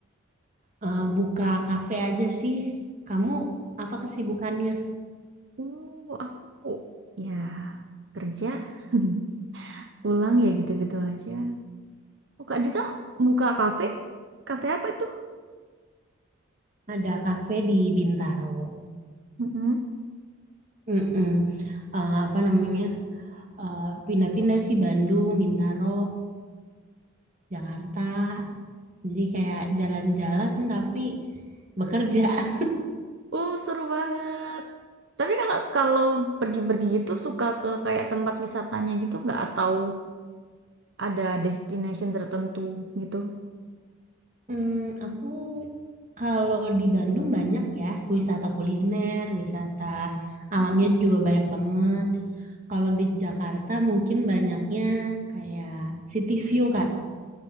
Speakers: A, on the right; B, on the right.
A: eh, buka kafe aja sih. Kamu apa kesibukannya?
B: Uh aku ya kerja, <laughs> pulang ya gitu-gitu aja. Oh, Kak Dita buka kafe? Kafe apa itu?
A: Ada kafe di Bintaro.
B: Mm-mm.
A: Mm-mm. Eh, apa namanya? Eh, Pindah-pindah sih Bandung, Bintaro, Jakarta. Jadi kayak jalan-jalan tapi bekerja. <laughs>
B: Oh, seru banget. Tapi kalau kalau pergi-pergi gitu suka ke kayak tempat wisatanya gitu nggak atau ada destination tertentu gitu?
A: Hmm, aku kalau di Bandung banyak ya wisata kuliner, wisata alamnya juga banyak banget. Kalau di Jakarta mungkin banyaknya kayak city view Kak,